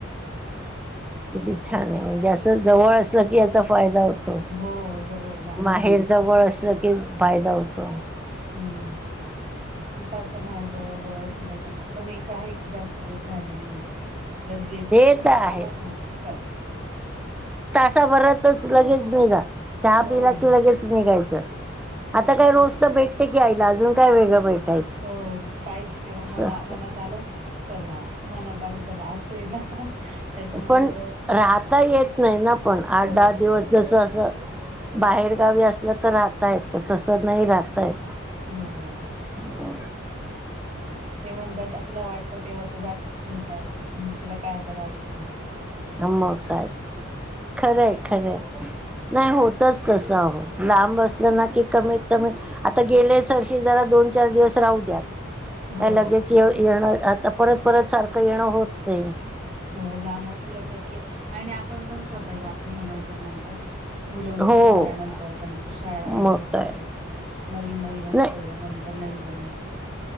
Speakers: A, in the centre; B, on the right.
A: किती छान आहे म्हणजे असं जवळ असलं की याचा फायदा हो तो.
B: हो जवळ आहे ना
A: माहेर जवळ असलं कि फायदा होतो.
B: हम्म, सासर-माहेर, जवळ- जवळ. <unintelligible> पण, एका, एक जास्तं दिवस राहायला नाही मिळत. लगेच,
A: ते
B: नाही
A: तर
B: का?
A: आहेच
B: आला फोन घेत चल.
A: तासा भरातच लगेच निघा, चहा
B: हो
A: पिला की लगेच निघायचं. आता
B: तस
A: काय, रोज तर भेटते की आईला, अजुन काय वेगळं भेट?
B: हो, पाहिजे तेव्हा मना-मनात
A: असतं
B: आलं. चला, मनात आलं चला असंय ना. त्याच्यामुळे
A: पण
B: एवढं
A: राहता येत नाही ना, पण आठ,
B: हो
A: दहा दिवस जसं असं. बाहेरगावी असलं तर राहता येत, तसं नाही राहता येत.
B: हंम्म, हंम्म.
A: हो.
B: ते म्हणतात, तुला वाटतं तेव्हा तर जाते तू भेटायला आणि मग तुला काय आता राहायचं?
A: आता मग काय? खरंय, खरंय नाही होत. तसं, तसं अहो, लांब असलं ना की कमीत कमी आता गेले सरशी जरा दोन चार दिवस राहू द्या.
B: हो
A: काय लगेच ये-येणं आता परत, परत सारखं येणं होत नाही.
B: हो लांब असलं का-की, आणि आपण पण स्वतः जात नाही ओ नंतर-नंतर. मुलं मोठी
A: हो
B: झाल्यानंतर त्यांची शाळा
A: मग
B: हेन
A: काय
B: तेन नवीन-नवीन असतं
A: नाही
B: त नंतर नाही जमत.